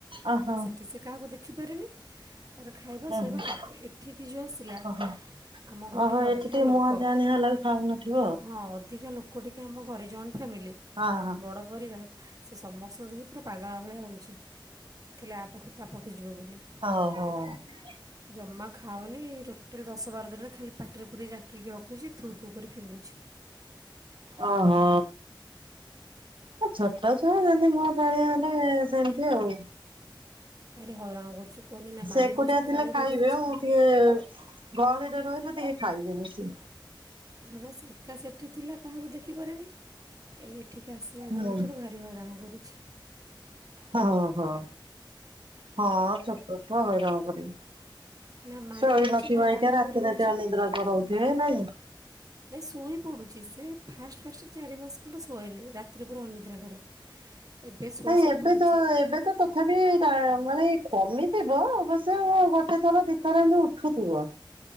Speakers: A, on the right; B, on the right.
A: ଓହୋ
B: ସେଠି ସେ କାହାକୁ ଦେଖିପାରେନି ତାର ଖାଇବା
A: ହଁ
B: ଶୋଇବା
A: ହଁ
B: ଠିକ୍ ଥିଲା ଏଠିକି ଯଉ ଆସିଲା
A: ଓହୋ
B: ଆମ ଘରେ
A: ଓହୋ
B: ଟିକି ଅଧିକା
A: ଏଠି ଟିକେ
B: ଲୋକ
A: ମୁହଁ ଜାଣି ହେଲାକୁ ଖାଉନଥିବ
B: ହଁ ଅଧିକା ଲୋକ ଟିକେ ଆମ ଘରେ ଜଏଣ୍ଟ ଫ୍ୟାମିଲି
A: ଆଉ। ହଁ
B: ବଡ୍ ପରିବାର ସେ ସମସ୍ତଙ୍କୁ ଦେଖି ପୁରା ପାଗଳା ଭଳିଆ ହେଉଛି ଖାଲି ଆପାଖୁ ତା ପାଖୁ ଖୁଜିବ ବୋଲି
A: ହଁ ହଉ ହଉ।
B: ଜମା ଖାଉନି <unintelligible> ଦଶ ବାର ଦିନରେ ଖାଲି ପାଟିରେ ପୁରେଇ ଜାକିକି ରଖୁଚି ଥୁ ଥୁ କରି ଫିଙ୍ଗୁଚି।
A: ଓହୋ। ଏ ଛୋଟ ଛୁଆ ହେନ୍ତି ମୁହଁ ଚାହିଁବା ହେଲେ ସେମିତି ଆଉ।
B: ଭାରି ହଇରାଣ କରୁଚୁ କୁହନ୍ତି ନା ମାରି
A: ସେ ଏକୁଟିଆ
B: ହଉଚି ନା
A: ଥିଲେ
B: ଗାଳି
A: ଖାଇବେ
B: କରିହଉଚି।
A: ମୁଁ ଟିକେ ଗହଳିରେ ରହିଲେ ଟିକେ ଖାଇବେନି ସିଏ।
B: ହଁ ସିଏ ଏକା ସେଠି ଥିଲା କାହାକୁ ଦେଖିପାରେନି ଏ ଏଠିକି ଆସିଲା ଦିନଠାରୁ
A: ହୁଁ।
B: ଭାରି ହଇରାଣ କରୁଛି।
A: ହଁ ହଁ ହଁ ଛୋଟଛୁଆ ହଇରାଣ କରିବେ।
B: ନା ମାରି
A: ସୋଉ
B: ହେଉଛି
A: ନଥିବେ
B: ନା ଗାଳି
A: <unintelligible> ରାତି
B: କରି
A: ରାତି
B: ହେଉଛି
A: ଅନିିଦ୍ରା କରାଉଥିବେ ନାଇଁ?
B: ନାଇଁ ଶୋଇ ପଡୁ ଠିକ୍ ସେ ଫାଷ୍ଟ ଫାଷ୍ଟ ଚାରି ମାସ ଖଣ୍ଡେ ଶୁଏନି। ରାତିରେ ପୁରା ଅନିଦ୍ରା କରେ। ଏବେ ଶୋଇ
A: ଆଉ
B: ଶୋଇ
A: ଏବେ
B: ପଡ଼ୁଛି
A: ତ ଏବେ ତ ତଥାପି ମାନେ କମିଥିବ। ଅବଶ୍ୟ ଗୋଟେ ଥର ଦିଥର ଏମତି ଉଠୁଥିବ।